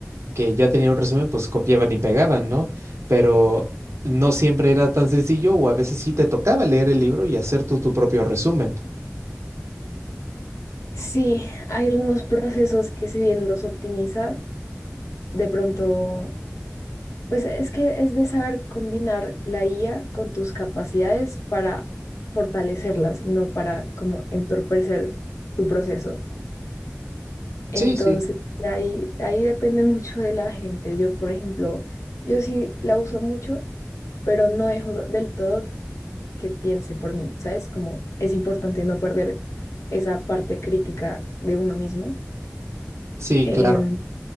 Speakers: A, on the right (about 65°); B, on the left (about 85°).
A: que ya tenían un resumen, pues copiaban y pegaban, ¿no? Pero no siempre era tan sencillo o a veces sí te tocaba leer el libro y hacer tú tu propio resumen.
B: Sí, hay algunos procesos que si bien los optimiza, de pronto, pues es que es de saber combinar la IA con tus capacidades para fortalecerlas y no para como entorpecer tu proceso. Entonces,
A: Sí, sí.
B: ahí, ahí depende mucho de la gente. Yo, por ejemplo, yo sí la uso mucho, pero no dejo del todo que piense por mí, ¿sabes? Como es importante no perder esa parte crítica de uno mismo.
A: Sí,
B: Em,
A: claro.